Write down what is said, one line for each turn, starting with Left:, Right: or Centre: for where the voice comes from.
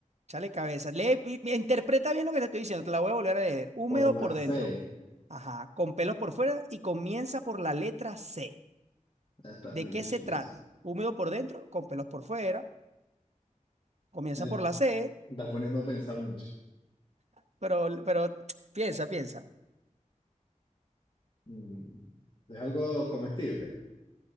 Right: Chale cabeza. Lee- interpreta bien lo que te estoy diciendo. Te la voy a volver a leer. Húmedo
Left: Por la
Right: por
Left: C.
Right: dentro. Ajá. Con pelos por fuera y comienza por la letra C.
Left: Está
Right: ¿De
Left: muy
Right: qué
Left: difícil.
Right: se trata? Húmedo por dentro, con pelos por fuera. Comienza
Left: Eh,
Right: por la C,
Left: Está poniendo a pensar mucho.
Right: pero, pero <tsk> piensa, piensa.
Left: Mm, ¿Es algo comestible?